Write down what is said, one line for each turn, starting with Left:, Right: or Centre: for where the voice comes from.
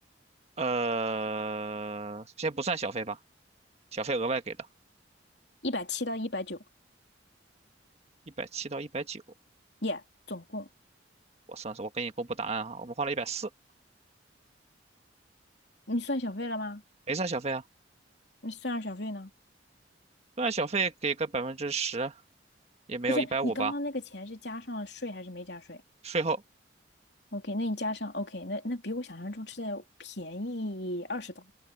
Right: 呃，先不算小费吧，小费额外给的，
Left: 一百七到一百九，
Right: 一百七到一百九，
Left: 耶，总共。
Right: 我算算，我给你公布答案哈，我们花了一百四，
Left: 你算小费了吗？
Right: 没算小费啊，
Left: 你算上小费呢？
Right: 算小费给个百分之十，也没有一百五吧，
Left: 不是，你刚刚那个钱是加上了税还是没加税
Right: 税后，
Left: ？OK，那你加上 OK，那那比我想象中吃的便宜二十刀，